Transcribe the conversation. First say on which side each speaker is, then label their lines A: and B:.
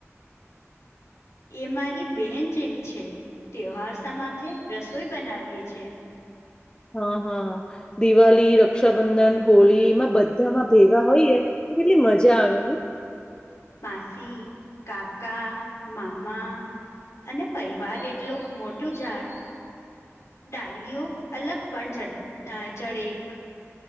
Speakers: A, on the left; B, on the left.
A: એ મારી બહેન જેવી છે તેહવારસા માટે રસોઈ બનાવીએ છે.
B: હા હા દિવાળી રક્ષાબંધન હોળી એમાં બધામાં ભેગા હોઈએ તો કેટલી મજા આવે નય
A: માસી કાકા મામા અને પરિવાર એટલો મોટું ઝાડ ડાલીઓ અલગ પણ જ જળ એક